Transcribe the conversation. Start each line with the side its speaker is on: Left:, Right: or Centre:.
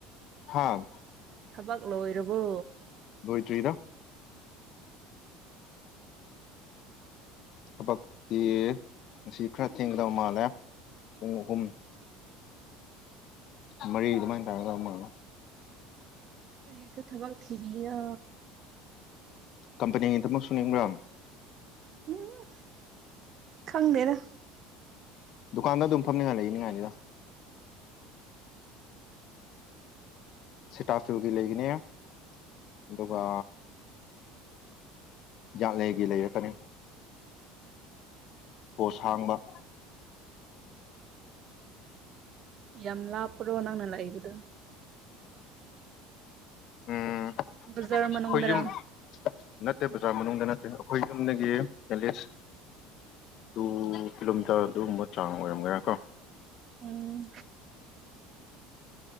Left: ꯍꯥꯥ
Right: ꯊꯕꯛ ꯂꯣꯏꯔꯕꯣ
Left: ꯀꯣꯏꯇ꯭ꯔꯤꯗ ꯊꯕꯛꯇꯤ ꯉ ꯈꯔ ꯊꯦꯡꯒꯗꯕ ꯃꯥꯜꯂꯦ ꯑꯣꯍꯨꯝ ꯃꯔꯤꯩ ꯑꯗꯨꯃꯥꯏꯅ ꯇꯒꯗꯃꯅ
Right: ꯑꯩꯣꯏꯁꯦ ꯊꯕꯛ ꯊꯕꯤ ꯑ
Left: ꯀꯝꯄꯅꯤꯒꯤꯗꯃꯛꯁꯨ ꯅꯤꯡꯕ꯭ꯔꯥꯝ
Right: ꯎꯝ ꯈꯪꯗꯅ
Left: ꯗꯨꯀꯥꯟꯗ ꯑꯗꯨꯝ ꯐꯝꯅꯤꯡꯉꯥꯏ ꯂꯩꯅꯤꯉꯥꯏꯅꯤꯗ ꯁꯤꯇꯥꯐꯤꯜꯒꯤ ꯂꯩꯒꯅꯤ ꯑꯗꯨꯒ ꯖꯠ ꯂꯩꯒꯤ ꯂꯩꯔꯛꯀꯅꯤ ꯄꯣꯠꯁ ꯍꯥꯡꯕ
Right: ꯌꯥꯝ ꯂꯥꯞꯄ꯭ꯔꯣ ꯅꯪꯅ ꯂꯥꯛꯏꯕꯗꯣ
Left: ꯎꯝ ꯑꯩꯈꯣꯏ
Right: ꯕꯖꯥꯔ ꯃꯅꯨꯡꯗꯔꯥ
Left: ꯌꯨꯝ ꯅꯠꯇꯦ ꯕꯖꯥꯔ ꯃꯅꯨꯡꯗ ꯅꯠꯇꯦ ꯑꯩꯈꯣꯏ ꯌꯨꯝꯅꯗꯒꯤ ꯆꯂꯤꯁ ꯇꯨ ꯀꯤꯂꯣꯃꯤꯇꯔ ꯑꯗꯨꯒꯨꯝꯕ ꯆꯥꯡ ꯑꯣꯏꯔꯝꯒꯔꯥ ꯀꯣ
Right: ꯎꯝ